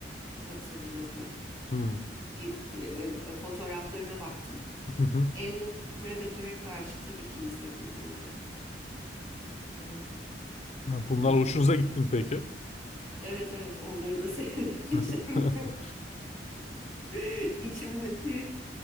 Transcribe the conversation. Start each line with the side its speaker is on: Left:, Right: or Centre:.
Right: hatırladım.
Left: Hı.
Right: Bir, e, fotoğraflarına baktım.
Left: <laughs>
Right: Alien Predator'e karşı tabii ki izledim bunları. Evet.
Left: Ya Bunlar
Right: iyi film.
Left: hoşunuza gittin peki?
Right: Evet evet onları da sevmişim.
Left: <laughs>
Right: <laughs> İçimdeki